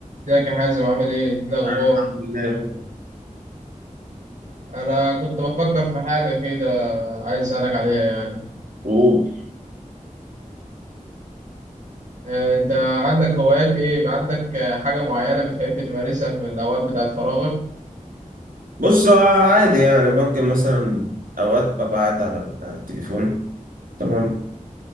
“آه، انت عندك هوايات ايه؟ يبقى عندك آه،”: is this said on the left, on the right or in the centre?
Right